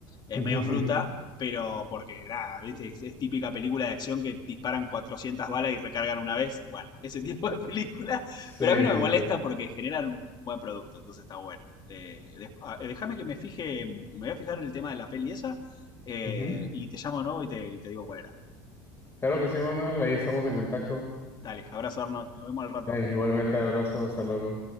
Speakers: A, on the left; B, on the left.
A: es
B: <laughs> ujú.
A: medio fruta, pero porque, nada, ¿viste? Es, es típica película de acción que disparan 400 balas y recargan una vez. Bueno, <laughs> ese tipo de película.
B: Sí,
A: Pero a mí no
B: sí,
A: me molesta
B: sí.
A: porque generan un, buen producto, entonces está bueno. Eh, ah, eh, Déjame que me fije, me voy a fijar el tema de la peli esa eh,
B: Ujú.
A: y te llamo, ¿no? Y te, y te digo cuál era.
B: Claro que sí, Manuel, ahí estamos en contacto.
A: Dale, abrazo Arnold, nos vemos al rato.
B: Eh, igualmente, abrazo, hasta luego.